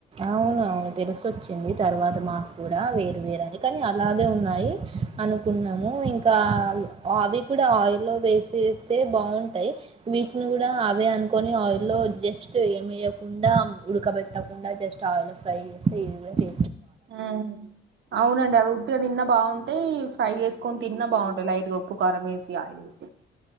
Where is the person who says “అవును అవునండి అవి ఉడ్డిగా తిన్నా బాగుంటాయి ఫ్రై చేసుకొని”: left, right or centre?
Right